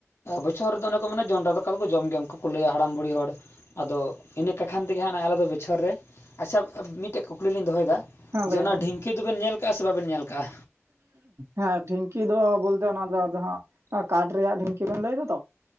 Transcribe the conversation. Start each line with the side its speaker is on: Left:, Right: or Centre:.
Left: ᱵᱚᱪᱷᱚᱨ ᱨᱮᱫᱚ ᱚᱱᱮ ᱠᱚ ᱢᱮᱱᱟ ᱡᱚᱱᱰᱨᱟ ᱫᱟᱠᱟ ᱫᱚᱠᱚ ᱡᱚᱢ ᱜᱮᱭᱟ ᱚᱝᱠᱟ ᱠᱚ ᱞᱟᱹᱭᱟ ᱦᱟᱲᱟᱢ ᱵᱩᱲᱦᱤ ᱦᱚᱲ ᱟᱫᱚ ᱤᱱᱟᱹ ᱠᱟ ᱠᱷᱟᱱ ᱛᱮᱜᱮ ᱦᱟᱸᱜ ᱱᱟᱭ ᱟᱞᱮ ᱫᱚ ᱵᱚᱪᱷᱚᱨ ᱨᱮ ᱟᱪᱷᱟ ᱢᱤᱴᱮ ᱠᱩᱠᱞᱤ ᱞᱤᱧ ᱫᱚᱦᱚ ᱭᱮᱫᱟ
Right: ᱦᱮᱸ
Left: ᱡᱮ
Right: ᱞᱟᱹᱭ
Left: ᱚᱱᱟ
Right: ᱢᱮ
Left: ᱰᱷᱤᱝᱠᱤ ᱫᱚᱵᱮᱱ ᱧᱮᱞ ᱠᱟᱜᱼᱟ ᱥᱮ ᱵᱟᱵᱮᱱ ᱧᱮᱞ ᱠᱟᱜᱼᱟ
Right: ᱦᱮᱸ ᱰᱷᱤᱝᱠᱤ ᱫᱚ ᱵᱚᱞᱛᱮ ᱚᱱᱟ ᱫᱚ ᱟᱫᱚ ᱦᱟᱸᱜ ᱠᱟᱴ ᱨᱮᱭᱟᱜ ᱰᱷᱤᱝᱠᱤ ᱵᱮᱱ ᱞᱟᱹᱭ ᱫᱟᱛᱚ